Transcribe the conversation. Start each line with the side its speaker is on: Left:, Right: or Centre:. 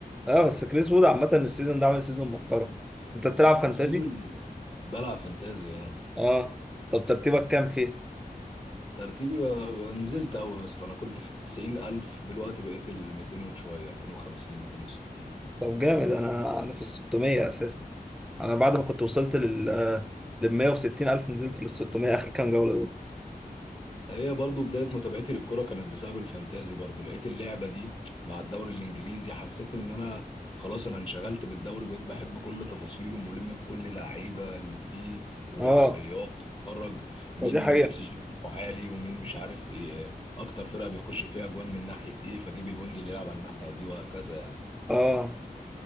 Centre: اه بس كريس وود عامة السيزون ده عامل سيزون محترم انت بتلعب فانتازي؟
Left: والسيزون بلعب فانتازي اه
Centre: اه طب ترتيبك كام فيه؟
Left: ترتيبي آه، نزلت قوي يا اسطى انا كنت في التسعين الف دلوقتي بقيت ال 200 وشويه 250 260
Centre: طب جامد انا انا في ال 600 اساسا انا بعد ما كنت وصلت لل لل 160 الف نزلت لل 600 اخر كام جولة دول
Left: هي برضو بداية متابعتي للكرة كانت بسبب الفانتازي برضو لقيت اللعبة دي مع الدوري الإنجليزي حسيت إن أنا خلاص أنا انشغلت بالدوري بقيت بحب كل تفاصيله ملم بكل لعيبة اللي فيه والإحصائيات
Centre: اه
Left: بتفرج مين
Centre: ودي حقيقة
Left: الإكس جي بتاعه عالي ومين مش عارف إيه أكتر فرقة بيخش فيها أجوان من ناحية إيه فجيب الوينج اللي يلعب على الناحية دي وهكذا يعني
Centre: اه